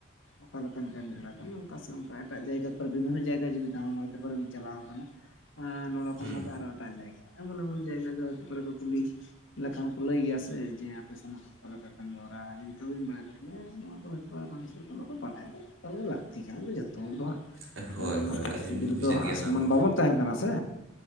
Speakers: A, on the left; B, on the right.
A: ᱚᱠᱟ ᱞᱮᱠᱟᱱ ᱠᱟᱹᱢᱤ ᱦᱚᱨᱟ ᱠᱟᱱᱟ ᱚᱱᱠᱟ ᱥᱮ ᱚᱱᱠᱟ ᱮᱴᱟᱜ ᱡᱟᱭᱜᱟ ᱠᱚᱨᱮ ᱵᱤᱵᱷᱤᱱᱱᱚ ᱡᱟᱭᱜᱟ ᱡᱩᱫᱤ ᱫᱟᱬᱟᱱ <unintelligible> ᱠᱚᱨᱮ ᱵᱤᱱ ᱪᱟᱞᱟᱣ ᱟᱠᱟᱱᱟ ᱱᱚᱰᱮ ᱠᱷᱚᱱ
B: ᱦᱩᱸ
A: ᱱᱚᱰᱮ ᱟᱨᱚ ᱮᱴᱟᱜ ᱡᱟᱭᱜᱟ ᱮᱢᱚᱱ ᱮᱢᱚᱱ ᱡᱟᱭᱜᱟ ᱫᱚ ᱦᱚᱭᱛᱚ ᱯᱚᱨᱮ ᱠᱩ ᱠᱩᱞᱤ ᱞᱮᱠᱷᱟᱱ ᱠᱚ ᱞᱟᱹᱭ ᱜᱮᱭᱟ ᱥᱮ ᱡᱮ ᱟᱯᱮ ᱥᱮᱱ ᱚᱠᱟ ᱞᱮᱠᱟ ᱠᱟᱹᱢᱤ ᱦᱚᱨᱟ ᱡᱩᱫᱤ ᱠᱟᱹᱢᱤ ᱵᱟᱲᱟᱭ ᱫᱟ ᱦᱮ <unintelligible> ᱵᱟᱝ ᱵᱟᱲᱟᱭ ᱫᱚ ᱛᱟᱦᱞᱮ ᱞᱟᱹᱠᱛᱤ ᱠᱟᱱᱟ ᱡᱚᱛᱚ ᱦᱚᱲ ᱫᱚ ᱦᱟᱸᱜ
B: ᱦᱳᱭ ᱦᱳᱭ
A: ᱚᱱᱟ ᱯᱚᱨᱤᱥᱛᱷᱤᱛᱤ
B: ᱟᱹᱞᱤᱧ ᱦᱚᱞᱤᱧ
A: ᱨᱮᱫᱚ
B: ᱵᱩᱡᱮᱫ
A: ᱦᱟᱜ
B: ᱜᱮᱭᱟ ᱚᱱᱟ
A: ᱥᱚᱢᱟᱱ
B: ᱫᱚ
A: ᱵᱟᱵᱚᱱ ᱛᱟᱦᱮᱱ ᱠᱟᱱᱟ ᱥᱮ